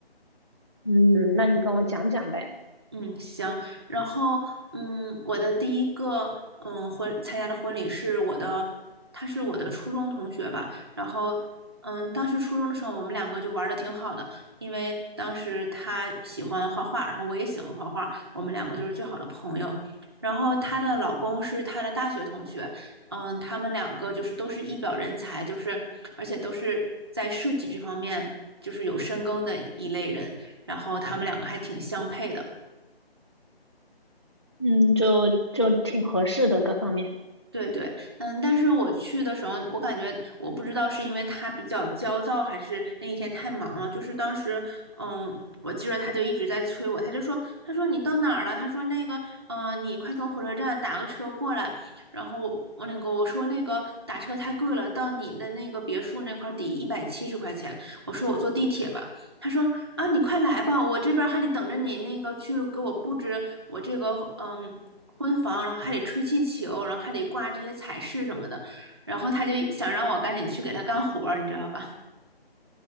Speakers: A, on the left (about 25°); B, on the right (about 25°).
A: 嗯，那你跟我讲讲呗。
B: 嗯，行。然后，嗯，我的第一个，嗯，婚参加的婚礼是我的，他是我的初中同学吧。然后，嗯，当时初中的时候，我们两个就玩的挺好的，因为当时他喜欢画画，然后我也喜欢画画，我们两个就是最好的朋友。然后她的老公是她的大学同学，嗯，他们两个就是都是一表人才，就是而且都是在设计这方面就是有深耕的一类人，然后他们两个还挺相配的。
A: 嗯，就就挺合适的各方面。
B: 对对，嗯，但是我去的时候，我感觉我不知道是因为他比较焦躁，还是那一天太忙了。就是当时，嗯，我记着他就一直在催我，他就说，他说你到哪儿了？他说那个，嗯，你快从火车站打个车过来。然后我我那个我说那个打车太贵了，到你的那个别墅那块儿得一百七十块钱。我说我坐地铁吧。他说啊，你快来吧，我这边还得等着你那个去给我布置我这个嗯婚房，然后还得吹气球，然后还得挂这些彩饰什么的，然后他就想让我赶紧去给他干活儿你知道吧？